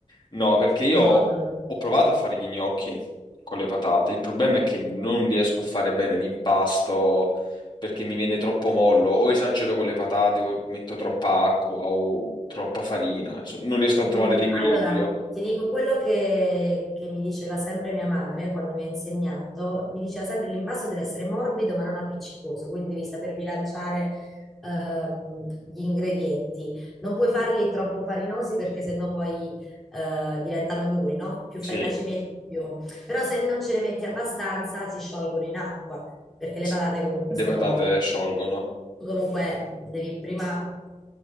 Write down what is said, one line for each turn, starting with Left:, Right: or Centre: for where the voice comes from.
Left: No, perché io
Centre: No, no, no.
Left: ho provato a fare gli gnocchi con le patate. Il problema è che non riesco a fare bene l'impasto perché mi viene troppo mollo, o esagero con le patate, o metto troppa acqua, o troppa farina. Insomma, non riesco a
Centre: Mm,
Left: trovare l'equilibrio.
Centre: Allora, ti dico quello che, che mi diceva sempre mia madre quando mi ha insegnato, mi diceva sempre l'impasto deve essere morbido ma non appiccicoso, quindi devi saper bilanciare ehm, gli ingredienti. Non puoi farli troppo farinosi perché sennò poi eh, diventano duri, no? Più
Left: Sì,
Centre: farina ci metti, più... Però se non ce ne metti abbastanza si sciolgono in acqua, perché le
Left: sì.
Centre: patate comunque
Left: le
Centre: sono...
Left: patate sciolgono.
Centre: Tu comunque devi prima